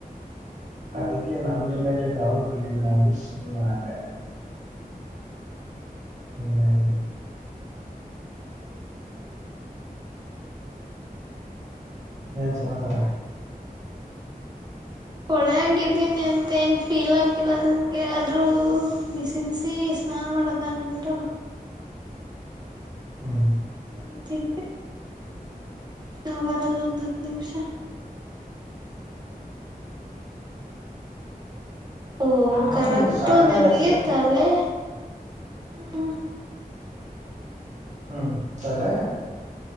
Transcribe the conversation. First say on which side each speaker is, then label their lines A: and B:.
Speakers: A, on the right (about 25°); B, on the right (about 50°).
A: ಹ್ಮ್
B: ಅದಕೆ ನನ್ ರಿಲೇಟೆಡ್ ಯಾರು ಬಂದಿದ್ದೆಲ್ಲ ಸುಮ್ಮನ್ ಅದೆ ಹೆಂಗ ಹಂಗೆ ಮೇನ್ ಸಮಾಚಾರ
A: ಹೊಳೆಗೆ ಇದೀನಿ ಅಂತ ಏನ್ ಫೀಲ್ ಆಗಿಲ್ಲ ನನ್ಗೆ ಆದ್ರೂ ಬಿಸಿ ಬಿಸಿ ಸ್ನಾನ ಮಾಡದ ಅನ್ಬಿಟ್ಟು
B: ಹ್ಮ್
A: ನಿಂತಿದ್ದೆ ಶಾವರಲ್ಲ ಒಂದ್ ಹತ್ ನಿಮ್ಷ ಓ
B: ಆದ್ರೂ
A: ಕರೆಕ್ಟು
B: ಸಾಟರ್ಡೆ
A: ನಿನ್ಗೆ
B: ಸನ್
A: ತಲೆ ಹ್ಮ
B: ಹ್ಮ್ ತಲೆ